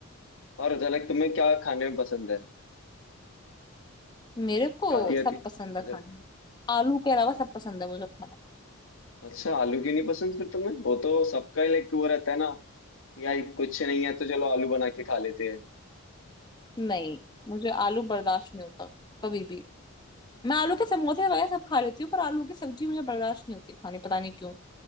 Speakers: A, on the left (about 70°); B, on the left (about 20°).
A: और अच्छा लाइक तुम्हें क्या खाने में पसंद है
B: मेरे को
A: शादी
B: सब
A: आती
B: पसंद है
A: अच्छा
B: खाना आलू के
A: अच्छा
B: अलावा सब पसंद है मुझे खाना
A: अच्छा आलू क्यों नहीं पसंद फिर तुम्हें वो तो सबका ही लाइक वो रहता है ना यार कुछ नहीं है तो चलो आलू बना के खा लेते हैं
B: नहीं मुझे आलू बर्दाश्त नहीं होता कभी भी मैं आलू के समोसे वगैरह सब खा लेती हूँ पर आलू की सब्जी मुझे बर्दाश्त नहीं होती खानी पता नहीं क्यों